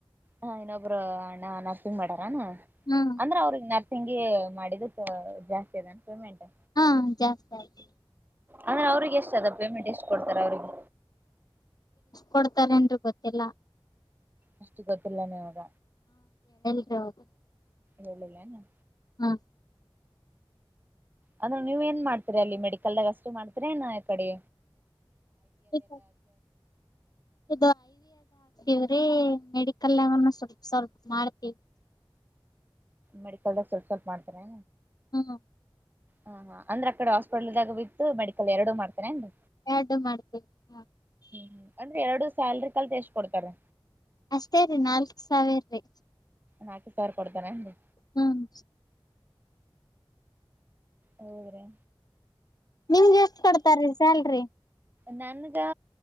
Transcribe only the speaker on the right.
ಹ ಇನ್ನೊಬ್ರು ಅಣ್ಣಾ ನರ್ಸಿಂಗ್ ಮಾಡ ತಾನೆ
ಅಂದ್ರೆ ಅವ್ರಿಗೆ ನರ್ ತಂಗಿ ಮಾಡಿದುಕ್ಕ ಜಾಸ್ತಿ ಅದನ್ ಪೇಮೆಂಟು
ಆಮೇಲೆ ಅವ್ರಿಗೆ ಎಷ್ಟಾಗುತ್ತ್ ಪೇಮೆಂಟ್ ಎಷ್ಟು ಕೊಡ್ತಾರೆ ಅವ್ರಿಗೆ
ಅಷ್ಟು ಗೊತ್ತಿಲ್ಲ ನಿವುಗ
ಹೇಳ್ಳಿಲ್ಲೇನು
ಅಣ್ಣ ನೀವೇನ್ ಮಾಡ್ತೀರ ಅಲ್ಲಿ ಮೆಡಿಕಲ್ದಾಗ ಅಷ್ಟೇ ಮಾಡ್ತೀರ ಇನ್ನ ಯಕಡಿ
ಮೆಡಿಕಲ್ದಾಗ ಸ್ವಲ್ಪ ಸ್ವಲ್ಪ ಮಾಡ್ತನೆ
ಹಾ ಹಾ ಅಂದ್ರ ಅಕಡೆ ಹಾಸ್ಪಿಟಲ್ದಾಗ ಬಿತು ಮೆಡಿಕಲ್ ಎರಡುೂ ಮಾಡ್ತೇನೆ ಅಂದ
ಹ್ಮ್ ಅಂದ್ರೆ ಎರಡು ಸ್ಯಾಲ್ರಿ ಕಲ್ತು ಎಷ್ಟು ಕೊಡ್ತಾರೆ
ನಾಕೆ ಸವ್ರ್ ಕೊಡ್ತಾನೆರ್ರಿ
ಹೌರೇ
ನನಗಾ